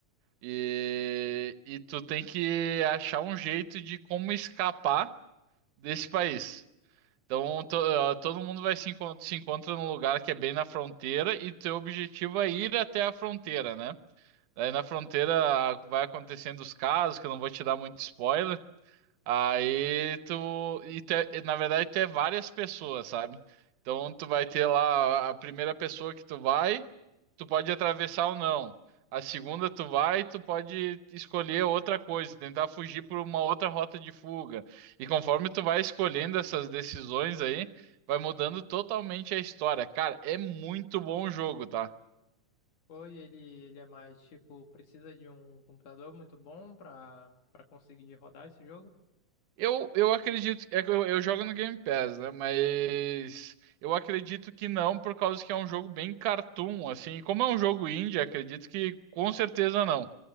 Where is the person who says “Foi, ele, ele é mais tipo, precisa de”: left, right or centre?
Left